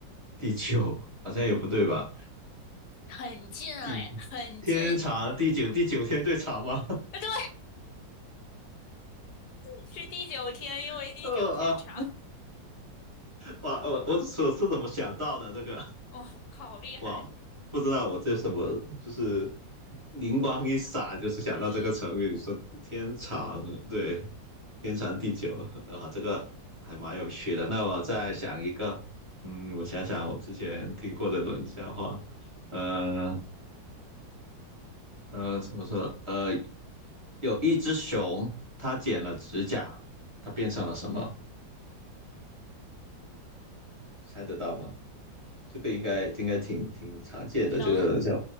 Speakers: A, on the right; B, on the left.
A: 地久，好像也不对吧？
B: 很近啊哎，
A: 地
B: 很近。
A: 天长地久，
B: <laughs>
A: 第九天最长吗？
B: 啊对，是第九天，因为第九天长。
A: <laughs> 呃啊，哇，我我我是怎么想到的这个？
B: 哇、好厉害！
A: 哇，不知道我这什么，就是灵光一闪，就是想到这个成语。
B: 嗯
A: 你说天长，对，天长地久啊，这个还蛮有趣的。那我再想一个，嗯，我想想我之前听过的冷笑话，呃呃，怎么说？呃，有一只熊，它剪了指甲，它变成了什么？猜得到吗？
B: 嗯，
A: 这个应该应该挺挺常见的这个叫，
B: 这能，